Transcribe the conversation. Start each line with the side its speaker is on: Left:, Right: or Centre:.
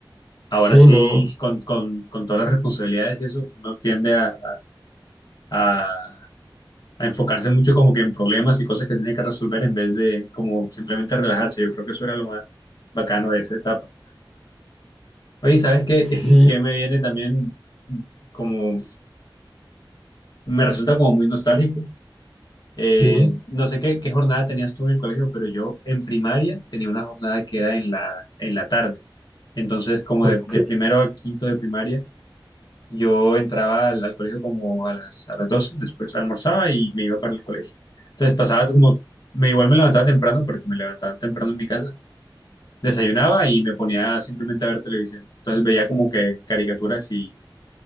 Left: Ahora
Centre: Sí,
Left: sí,
Centre: no.
Left: con, con, con todas las responsabilidades y eso, uno tiende a, a, a a enfocarse mucho como que en problemas y cosas que tiene que resolver en vez de como simplemente relajarse. Yo creo que eso era lo más bacano de esa etapa. Oye, ¿sabes qué?
Centre: Sí,
Left: <laughs> Que me viene también como, me resulta como muy nostálgico. Eh,
Centre: dime.
Left: no sé qué, qué jornada tenías tú en el colegio, pero yo en primaria tenía una jornada que era en la, en la tarde. Entonces, como
Centre: Ok.
Left: de, de primero a quinto de primaria, Yo entraba al, al colegio como a las, a las doce después almorzaba y me iba para el colegio. Entonces pasaba como, me igual me levantaba temprano porque me levantaban temprano en mi casa, desayunaba y me ponía simplemente a ver televisión. Entonces veía como que caricaturas y,